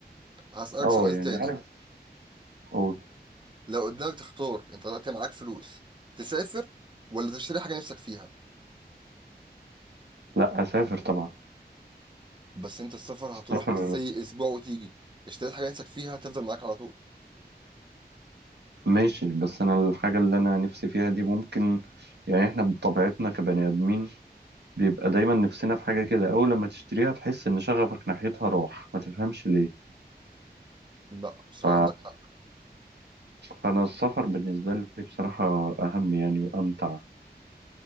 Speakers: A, on the right; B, on the right.
A: هسألك
B: اه
A: سؤال
B: يعني
A: تاني
B: عارف قول
A: لو قدامك تختار انت دلوقتي معاك فلوس تسافر ولا تشتري حاجه نفسك فيها
B: لا اسافر طبعا
A: بس انت السفر هتروح
B: سفر
A: بس ايه اسبوع وتيجي اشتريت حاجه نفسك فيها هتفضل معاك على طول
B: ماشي بس انا الحاجة اللي انا نفسي فيها دي ممكن يعني احنا بطبيعتنا كبني ادمين بيبقى دايما نفسنا في حاجة كده اول لما تشتريها تحس ان شغفك ناحيتها راح ما تفهمش ليه
A: لا بصراحه
B: ف...
A: عندك حق
B: فانا السفر بالنسبة لي بصراحة اهم يعني وامتع